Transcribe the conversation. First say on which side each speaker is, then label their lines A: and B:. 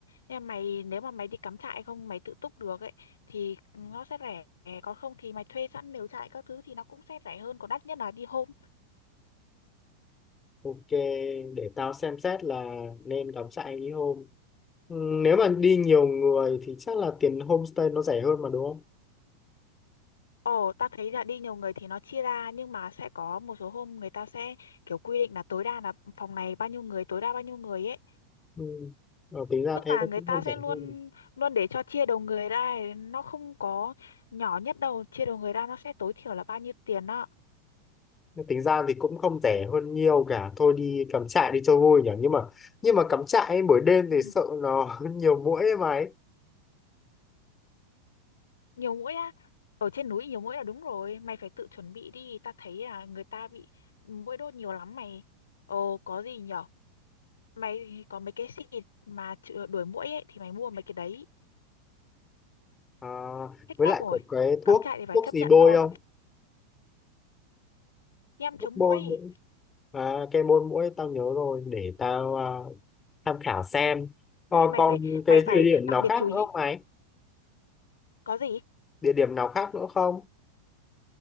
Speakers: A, on the left (about 65°); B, on the left (about 20°).
A: nhưng mà mày nếu mà mày đi cắm trại không mày tự túc được ấy thì nó sẽ rẻ còn không thì mày thuê sẵn lều trại các thứ thì nó cũng sẽ rẻ hơn còn đắt nhất là đi hôm
B: ok để tao xem xét là nên cắm trại đi hôm Ừ, nếu mà đi nhiều người thì chắc là tiền homestay nó rẻ hơn mà đúng không
A: ồ ta thấy là đi nhiều người thì nó chia ra nhưng mà sẽ có một số hôm người ta sẽ kiểu quy định là tối đa là phòng này bao nhiêu người tối đa bao nhiêu người ấy
B: Ừ. Ờ, tính ra
A: tức
B: thế
A: là
B: nó
A: người
B: cũng
A: ta
B: không rẻ
A: sẽ luôn
B: hơn
A: luôn để cho chia đầu người ra ấy, nó không có nhỏ nhất đâu chia đầu người ra nó sẽ tối thiểu là bao nhiêu tiền đó
B: Nhưng tính ra thì cũng không rẻ hơn nhiều cả thôi đi cắm trại đi cho vui nhỉ nhưng mà nhưng mà cắm trại ấy, buổi đêm
A: Ừ.
B: thì sợ nó <laughs> nhiều muỗi ấy mà ấy
A: nhiều mũi á ở trên núi nhiều mũi là đúng rồi mày phải tự chuẩn bị đi ta thấy là người ta bị mũi đốt nhiều lắm mày ồ có gì nhở mày có mấy cái xịt mà chữa- đuổi muỗi ấy thì mày mua mấy cái đấy
B: à,
A: hết
B: với
A: cách
B: lại
A: rồi
B: có cái
A: cắm
B: thuốc
A: trại thì phải
B: thuốc
A: chấp
B: gì
A: nhận
B: bôi
A: thôi
B: không
A: em
B: thuốc
A: chống
B: bôi
A: muỗi
B: muỗi à, cái bôi muỗi tao nhớ rồi để tao à, tham khảo xem Ờ,
A: đấy mày
B: còn
A: phải
B: cái
A: mày
B: địa
A: phải
B: điểm
A: đặc
B: nào
A: biệt
B: khác
A: chú ý
B: nữa không ấy
A: có gì
B: địa điểm nào khác nữa không